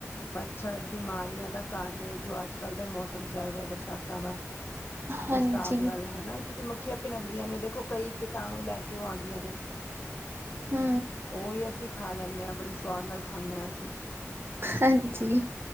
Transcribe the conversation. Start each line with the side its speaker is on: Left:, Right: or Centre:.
Left: ਮੱਛਰ ਬਿਮਾਰੀਆਂ ਦਾ ਕਾਰਨ ਏ, ਜੋ ਅੱਜ ਕੱਲ੍ਹ ਦਾ ਮੌਸਮ ਚੱਲ ਰਿਹਾ ਬਰਸਾਤਾਂ ਦਾ।
Right: ਹਾਂਜੀ
Left: ੳਸ ਸਾਬ ਨਾਲ ਹਨਾ ਕਿਉਂਕਿ ਮੱਖੀਆਂ ਭਿਨਕਦੀਆਂ ਨੇ ਦੇਖੋ ਕਈ ਕੀਟਾਣੂ ਲੈ ਕੇ ਉਹ ਆਂਦੀਆਂ ਨੇ।
Right: ਹੁ
Left: ਉਹੀ ਅਸੀਂ ਖਾ ਲੈਂਨੇ ਆ ਬੜੀ ਸਵਾਦ ਨਾਲ ਖਾਂਨੇ ਅਸੀਂ।
Right: ਹਾਂਜੀ